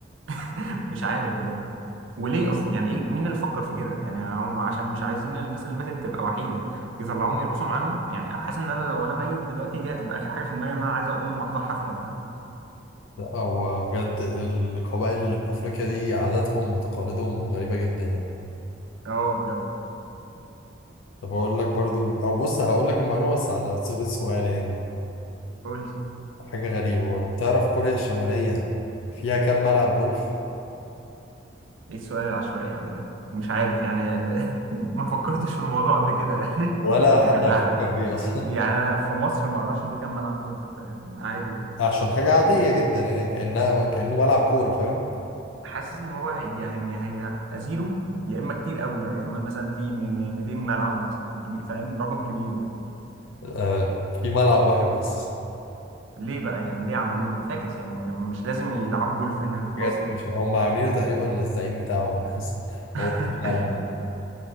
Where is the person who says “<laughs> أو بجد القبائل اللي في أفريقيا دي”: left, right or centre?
Left